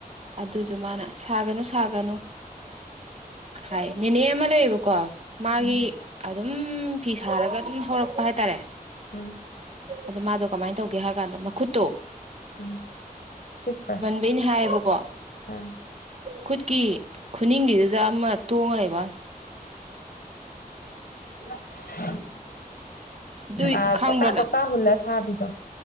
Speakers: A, on the right; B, on the left.
A: ꯑꯗꯨꯁꯨ ꯃꯥꯅ ꯁꯥꯒꯅꯨ ꯁꯥꯒꯅꯨ ꯍꯥꯏ ꯅꯦꯅꯦ ꯑꯃ ꯂꯩꯌꯦꯕꯀꯣ ꯃꯥꯒꯤ
B: ꯎꯝ
A: ꯑꯗꯨꯝ ꯐꯤ ꯁꯥꯔꯒ ꯑꯗꯨꯝ ꯍꯧꯔꯛꯄ ꯍꯥꯏꯇꯥꯔꯦ
B: ꯑ
A: ꯑꯗꯣ ꯃꯥꯗꯣ ꯀꯃꯥꯏꯅ ꯇꯧꯒꯦ ꯍꯥꯏ ꯀꯥꯟꯗ ꯃꯈꯨꯠꯇꯣ
B: ꯎꯝ ꯆꯤꯛꯄꯔꯥ
A: <unintelligible> ꯍꯥꯏꯌꯦꯕꯀꯣ
B: ꯑꯥ
A: ꯈꯨꯠꯀꯤ ꯈꯨꯅꯤꯡꯒꯤꯗꯨꯗ ꯑꯃ ꯇꯣꯡꯉ ꯂꯩꯕ
B: ꯎꯝ
A: ꯑꯗꯨ
B: ꯑ
A: ꯈꯪꯕ꯭ꯔꯅ
B: ꯆꯀꯥ ꯆꯀꯥ ꯍꯂ ꯁꯥꯕꯤꯗ